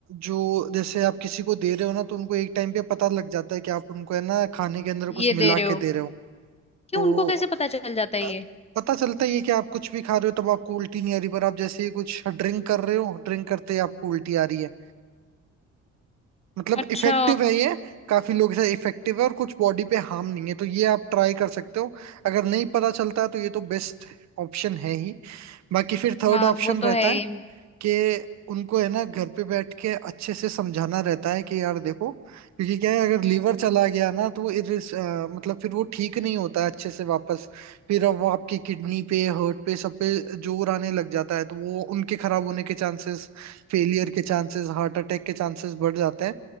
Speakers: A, on the right (about 65°); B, on the left (about 20°).
A: जो जैसे आप किसी को दे रहे हो ना तो उनको एक टाइम पे पता लग जाता है कि आप उनको है ना खाने के अंदर
B: ये
A: कुछ मिला
B: दे रहे
A: के
B: हो
A: दे रहे हो
B: क्यों
A: तो
B: उनको कैसे पता चल जाता है
A: अ,
B: ये
A: पता चलता ही है कि आप कुछ भी खा रहे हो तब आपको उल्टी नहीं आ रही पर आप जैसे ही कुछ ड्रिंक कर रहे हो ड्रिंक करते ही आपको उल्टी आ रही है मतलब
B: अच्छा
A: इफेक्टिव है ये काफी लोग इसे इफेक्टिव है और कुछ बॉडी पे हार्म नहीं है तो ये आप ट्राई कर सकते हो अगर नहीं पता चलता है तो ये तो बेस्ट ऑप्शन है ही बाकी फिर थर्ड
B: हाँ
A: ऑप्शन
B: वो तो
A: रहता
B: है ही
A: है कि उनको है ना घर पे बैठ के अच्छे से समझाना रहता है कि यार देखो क्योंकि क्या है अगर
B: हम्म
A: लीवर चला गया ना तो वो इरिस अ, मतलब फिर वो ठीक नहीं होता है अच्छे से वापस फिर अब वो आपकी किडनी पे हार्ट पे सब पे जोर आने लग जाता है तो वो उनके खराब होने के चांसेस फेलियर के चांसेस हार्ट अटैक के चांसेस बढ़ जाते हैं